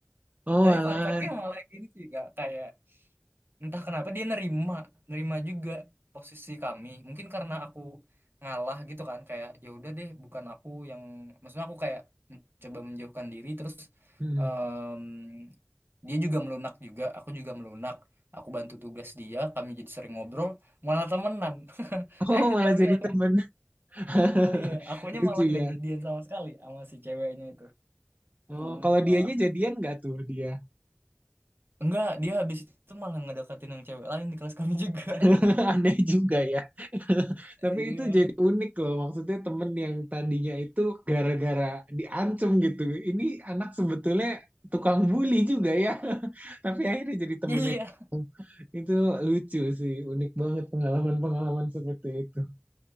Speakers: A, on the right (about 40°); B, on the right (about 60°).
A: Oh,
B: Tapi
A: malah.
B: fun fact-nya malah gini sih kak kayak entah kenapa dia nerima nerima juga posisi kami mungkin karena aku ngalah gitu kan kayak ya udah deh bukan aku yang maksudnya aku kayak mencoba menjauhkan diri terus
A: Hmm.
B: em, dia juga melunak juga aku juga melunak aku bantu tugas dia kami jadi sering ngobrol malah temenan <laughs>
A: Oh,
B: eh
A: malah
B: tapi
A: jadi
B: aku
A: temen. <laughs>
B: iya akunya
A: Lucu
B: malah nggak
A: ya.
B: jadian sama sekali sama si ceweknya itu Sumpah.
A: Oh, kalau dianya jadian nggak tuh dia?
B: enggak dia habis itu malah ngedeketin yang cewek lain di kelas kami juga
A: <laughs> Aneh juga ya. <laughs>
B: <laughs>
A: Tapi
B: iya
A: itu jadi unik loh, maksudnya temen yang tadinya itu gara-gara diancem gitu. Ini anak sebetulnya tukang bully juga ya, <laughs> tapi akhirnya jadi temennya.
B: iya
A: Itu lucu sih, unik banget pengalaman-pengalaman seperti itu.